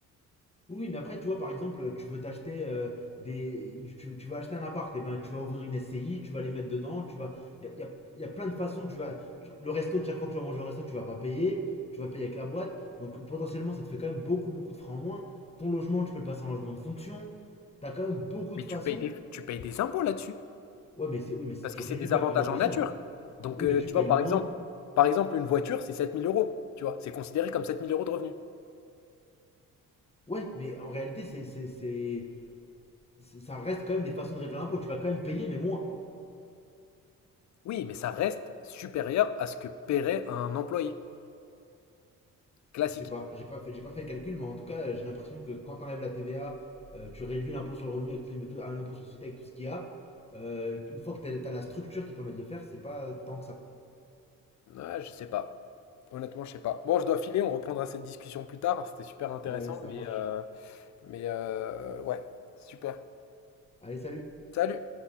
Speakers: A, on the left; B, on the left.
A: Oui, mais après, tu vois, par exemple, tu veux t'acheter euh, des. Tu, tu vas acheter un appart, et ben tu vas ouvrir une SCI, tu vas les mettre dedans, tu vas. Il y a, y a- y a plein de façons, tu vas. tu- le resto, chaque fois que tu vas manger au resto, tu vas pas payer, tu vas payer avec la boîte. Donc potentiellement, ça te fait quand même beaucoup, beaucoup de francs en moins. Ton logement, tu peux le passer en logement de fonction. T'as quand même beaucoup
B: Mais
A: de façons.
B: tu payes des, tu payes des impôts là-dessus.
A: Ouais, mais c'est. Oui, mais c'est-
B: Parce
A: tu
B: que
A: réduis
B: c'est des
A: quand
B: avantages
A: même ton imposition.
B: en nature. Donc,
A: Oui,
B: euh,
A: mais tu
B: tu
A: payes
B: vois, par
A: moins.
B: exemple, par exemple, une voiture, c'est sept mille euros. Tu vois, c'est considéré comme 7000 euros de revenus.
A: Ouais, mais en réalité, c'est. c'est- c'est- c'est- Ça reste quand même des façons de réduire l'impôt. Tu vas quand même payer, mais moins.
B: Oui, mais ça reste supérieur à ce que paierait un employé classique.
A: Je sais pas, j'ai pas fait, j'ai pas fait le calcul, mais en tout cas, j'ai l'impression que quand t'enlèves la TVA, euh, tu réduis l'impôt sur le revenu avec tout- ah, l'impôt sur la société avec tout ce qu'il y a. Euh, une fois que t'as as la structure qui permet de le faire, c'est pas tant que ça.
B: Ouais, je sais pas. Honnêtement, je sais pas. Bon, je dois filer, on reprendra cette discussion plus tard. C'était super intéressant,
A: Ouais, ça
B: mais,
A: marche.
B: euh, mais euh, ouais, super.
A: Allez, salut.
B: Salut!